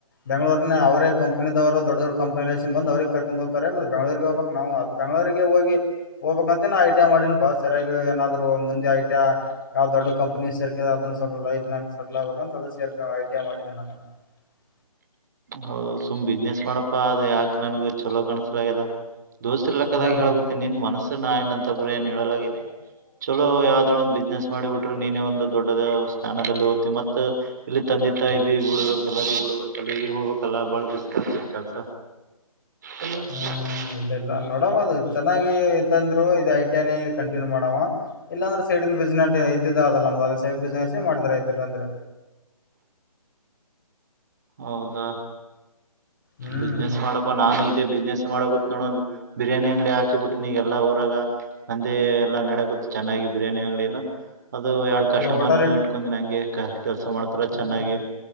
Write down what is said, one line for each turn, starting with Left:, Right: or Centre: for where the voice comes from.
Left: ಬೆಂಗಳೂರನ ಅವರ ಕಂನವರು ದೊಡ್ಡ ದೊಡ್ಡಂಪನಿನ್ ಬಂದ ಅವ್ರರಿಗೆ ಕರ್ಕು ಹೋಗತಾರೆತ್ತ ಬೆಂಗಳೂರಿಗೆ ಹೋಗ್ಬೇಕ ನಾವು ಬೆಂಗಳೂರಿಗೆ ಹೋಗಿ ಹೋಗ್ಬೇಕಂತ ಐ ಟಿ ಐ ಮಾಡಿನ ಪ ಸರಿಯಾಗಿ ಏನಾದ್ರು ಮುಂದೆ ಐ ಟಿ ಐ ಯಾವ್ ದೊಡ್ <unintelligible> ಕಂಪನಿ ಸೇರ್ಕ ಅದನ್ನ ಸ್ವಲ್ಪ ಲೈಫ್ ನ ಸೆಲ್ ಆಬೇಕ ಅಂತ ಅದು ಸೇರ್ <unintelligible> ಐಟಿ ಮಾಡಿದ್ದೇನೆ ನಾನು <unintelligible> <inaudible>
Right: ಹೌದ ಸುಮ್ ಬಿಸ್ನೆಸ್ ಮಾಡಪ್ಪಾ ಅದ ಯಾಕ ನನ್ಗ ಚಲೋ ಕಾಣಸಲಾಗ್ಯದ ದೋಸ್ತಿರ್ಲಕ್ಕದಾಗಿ
Left: ಇಲ್ಲ ಅನ್ನೋ
Right: ಹೇಳಕುತ್ತಿ ನಿನ್ ಮನಸ್ಸು ನಾಯಏನ್ <unintelligible> ಅಂತ ಬರ ಏನ್ ಹೇಳಲನನೆ ಚಲೋ ಯಾವ್ದಾರ ಒಂದ್ ಬಿಸ್ನೆಸ್ ಮಾಡಿಬಿಟ್ರೆ ನೀನೇ ಒಂದು ದೊಡ್ಡದ ಸ್ಥಾನದಲ್ಲಿ ಓದ <unintelligible> ಮ ಇಲ್ಲಿ <unintelligible> ಬಂದಿತ ಬಿ ಬಿಡ್ಬೇಕಲ್ಲ ಬಿಡ್ಬೇಕಲ್ಲ ಈಗ ಹೋಗ್ಬೇಕಲ್ಲ ಬಾ ರಿಸ್ಕ್ ಆಗ್ತ ಕಲ್ಸ ಹ <unintelligible>
Left: ಹ್ಮ್
Right: <inaudible>
Left: ಇಲ್ಲ ಇಲ್ಲ ನೋಡಮ್ಮ ಅದು ಚೆನ್ನಾಗಿ ಇತ್ ಅಂದ್ರು ಈ ಐ ಟಿ ಕಂಟಿನ್ಯೂ ಮಾಡ ಇಲ್ಲಾಂದ್ರೆ ಸೈ <unintelligible> ಬ ಇದ್ದ ಅದಲ್ಲ ಅ <unintelligible> ಬಿಸ್ನೆಸ್ <unintelligible> ಮಾಡಿದ್ರಐತಲ್ಲ ಅಂದ್ರೆ
Right: ಹೌದಾ
Left: ಹ್ಮ್
Right: ಬಿಸ್ನೆಸ್ ಮಾಡಪ್ಪ ನಾನು ಇದೆ <unintelligible> ಬಿಸ್ನೆಸ್ ಮಾಡೋಗುತ್ತತ್ ನೋಡ ಬಿರಿಯಾನಿ ಅಂಗಡಿ ಹಾಕಿಬ ಬಿಟ್ರೆ ನೀಗ ಎಲ್ಲ ೋರಾಗ ನಂದೆ ಎಲ್ಲಾ ನಡಗುತ್ತ ಚೆನ್ನಾಗಿ ಬಿರಿಯಾನಿ ಅಂಗಡಿನ ಅದು ಎರಡು ಕಸ್ಟಮರ್ನ
Left: ಏ ಹೋಟೆಲ್ ಇಟ್
Right: ಇಟ್ಕೊಂಡಿ ನಂಗೆ ಕೆಲಸ ಮಾಡ್ತಾರ
Left: ಹಾ
Right: ಚೆನ್ನಾಗಿ